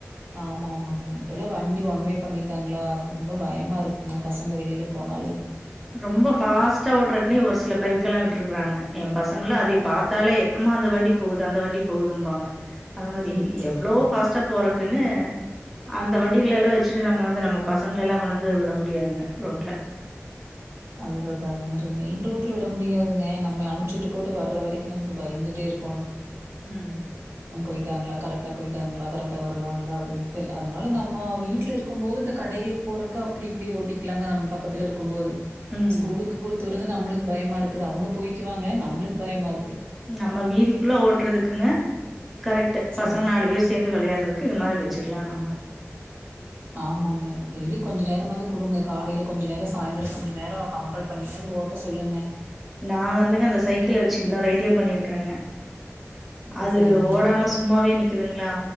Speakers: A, on the right; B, in the centre.
A: ஆமா ஆமாங்க இப்ப எல்லா வண்டி ஒண்வே பண்ணிட்டா ங்களா ரொம்ப பயமா இருக்குங்க பசங்க வெளியில போனாலே
B: ரொம்ப ஃபாஸ்ட்டா ஓட்றக்குன்னே ஒரு சில பைக் எல்லா விட்டுருக்கறாங்க என் பசங்கல்லா அதை பாத்தாலே அம்மா அந்த வண்டி போகுது அந்த வண்டி போகுதும்பாங்க அந்த மாரி
A: ம், சரிங்க.
B: எவ்வளோ ஃபஸ்டா போறக் இருக்குனு அந்த வண்டிகள எல்லா வச்சுட்டு நம்ம வந்து நம்ம பசங்க எல்லா கொண்டு வந்து விட முடியாதுங்க ரோட்ல
A: அதுத தாங்க மெயின் ரோடல விட முடியாதுங்க நம்ம அனுச்சிட்டு போட்டு வர்ற வரைக்கு நமக்கு பயந்துட்டே இருக்கோணு
B: ம்
A: ம் போயிட்டாங்களா கரெக்டாக போயிட்டாங்களா கரெக்டாக வருவாங்களா அப்டின்ட்டு அதனால நம்ம வீட்டில இருக்கும்போது இந்த கடைகளுக்கு போறக்க அப்டி இப்டி ஓட்டிக்கலாங்க நம்ம பக்கத்துல இருக்கு போது
B: ம்
A: ஸ்கூலக்கு குடுத் துறது நம்மளுக் பயமா இருக்குது அவுங்க போய்க்குவாங்க நம்மளுக் பயமா இருக்கு
B: நம்ம வீதிக்குள்ள ஓட்றதுக்குங்க கரெக்ட்டு
A: சரிங்க.
B: பசங்க நாலு பேர் சேந்து விளையார்றதுக்கு இது மாரி வெ ச்சுக்லா நம்ம
A: ஆமாங்க டெய்லி கொஞ்ச நேரமாவ்து குடுங்க காலைல கொஞ்ச நேரொ சாய்ந்தரொ கொஞ்ச நேரொ கம்ப்பல் பண்ணியாவ்து ஓட்ட சொல்லுங்க
B: நா வந்துங்க அந்த சைக்கிள வெச்சி இன்னொரு ஐடியா பண்ணிருக்குறங்க
A: அ
B: அது
A: சரிங்க.
B: ஓடாம சும்மாவே நிக்கிதுங்ளா